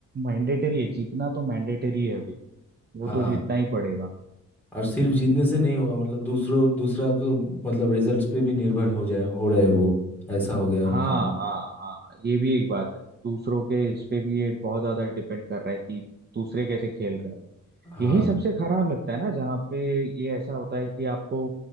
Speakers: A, on the right; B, in the centre.
A: मैंडेटरी है जीतना तो मैंडेटरी है अभी वो
B: हाँ
A: तो जीतना ही पड़ेगा
B: और सिर्फ जीतने से नहीं होगा मतलब दूसरों दूसरा को मतलब रिजल्ट्स पे भी निर्भर हो जाए हो रहे हैं वो ऐसा हो गया
A: हाँ
B: उनका हाल
A: हाँ हाँ ये भी एक बात है दूसरों के इस पे भी ये बहुत ज्यादा डिपेंड कर रहा है कि दूसरे कैसे खेल रहे हैं
B: हाँ
A: यही सबसे खराब लगता है ना जहाँ पे ये ऐसा होता है कि आपको